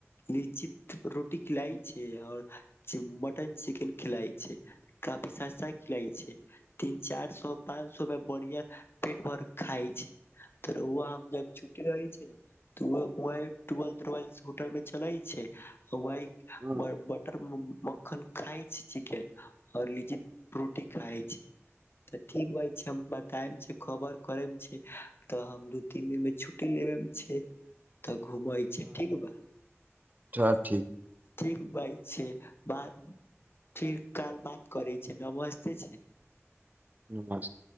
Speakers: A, on the left; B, on the right.
A: निश्चित रोटी खिलाय छै आओर मटन चिकेन खिलाय छै काफी सस्ता खिलाय छै तीन चार सए पाच सए मे बढ़िया पेट भरि खाय छै तऽ रउआ आबि जब छुट्टी रहै छै तऽ वैह ट्वेल्थ रॉयल्स होटल मे चलैत छै <unintelligible> ब
B: हँ
A: बटर मक्खन खाइ छै चिकेन आओर लिट्टी रोटी खाय छै तऽ ठीक भाइ छै हम बतायब छै खबर करेमे छै तऽ हम दू तीन दिन मे छुट्टी लेबे मे छै तऽ घूमै छै ठीक बा
B: छ
A: ठीक भाई छै बात ठीक काल्हि बात करय छै नमस्ते छै
B: मस्त